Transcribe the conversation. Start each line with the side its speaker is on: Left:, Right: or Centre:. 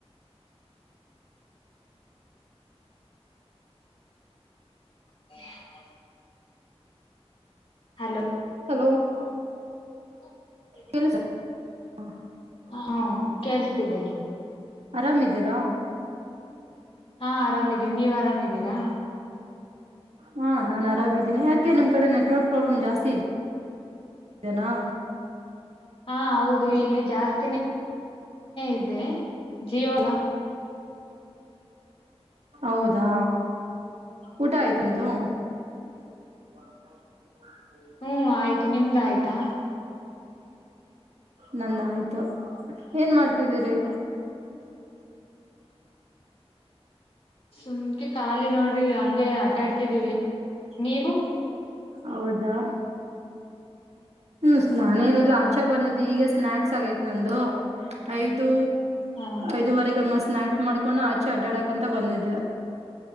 Left: <inaudible> hello.
Right: Hello.
Left: <inaudible>
Right: ಕೇಳಿಸ್ <unintelligible>
Left: ಹ ಹ್ಮ ಕೇಳ್ಸತಿದೆ.
Right: ಆರಾಮ ಇದೀರಾ.
Left: ಹಾ ಆರಾಮಿದೀವಿ ನೀವ ಆರಾಮ ಇದೀರಾ.
Right: ಹಾ ನಾನ ಆರಾಮ ಇದೀನಿ ಯಾಕೆ ನಿಮ್ಮ ಕಡೆ ನೆಟ್ವರ್ಕ್ ಪ್ರಾಬ್ಲಮ್ ಜಾಸ್ತಿ ಇದೆ. ನಾ.
Left: ಹಾ ಹೌದು ಇಲ್ಲಿ ಜಾಸ್ತಿನೇ ಇದೆ ಜಿಯೋ ಅಲ್ಲ.
Right: ಹೌದಾ ಊಟ ಆಯ್ತ ನಿಮ್ದು. <inaudible> <inaudible>
Left: ಹು ಆಯ್ತು ನಿಮ್ದ ಆಯ್ತಾ?
Right: ನಂದ ಆಯ್ತು ಏನ ಮಾಡ್ತಿದ್ದೀರಿ?.
Left: ಸುಮ್ಕೆ ಖಾಲಿ ನೋಡ್ರಿ ಹಂಗೆ ಅಡ್ಡಾಡ್ತಿದೀವಿ ನೀವು.
Right: ಹೌದಾ. ಹ್ಮ್ ನಾನೇನಿಲ್ಲ ಆಚೆ ಬಂದಿದ್ದು ಈಗ ಸ್ನಾಕ್ಸ್ ಆಗೇತ ನಂದು. ಐದು
Left: ಹ
Right: ಐದುವರೆಗ ಹಂಗ ಸ್ನಾಕ್ಸ್ ಮಾಡ್ಕೊಂಡ ಹಂಗ ಆಚೆ ಅಡ್ಡಾಡಕ ಅಂತ ಬಂದಿದ್ದೆ.